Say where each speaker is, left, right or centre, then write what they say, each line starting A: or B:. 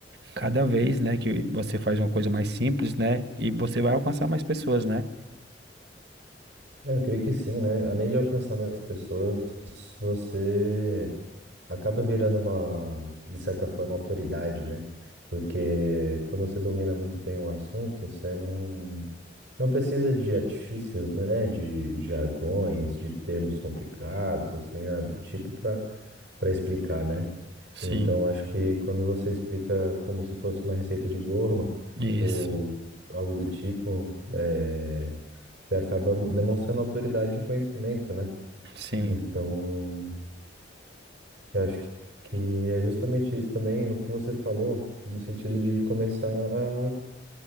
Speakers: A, on the right (about 65°); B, on the right (about 80°).
A: Cada vez, né, que você faz uma coisa mais simples, né, e você vai alcançar mais pessoas, né?
B: É, Eu creio que sim, né? Além de alcançar mais pessoas, você acaba virando uma, de certa forma, autoridade, né? Porque quando você domina muito bem um assunto, você não, não precisa de artifícios, né? De, de jargões, de termos complicados, nem nada do tipo para para explicar, né?
A: Sim,
B: Então, acho que quando você explica como se fosse uma receita de bolo
A: isso.
B: <laughs> ou algo do tipo, é, você acaba demonstrando autoridade e conhecimento, né?
A: Sim,
B: Então, eu acho que, que é justamente isso também, o que você falou, do sentido de começar a,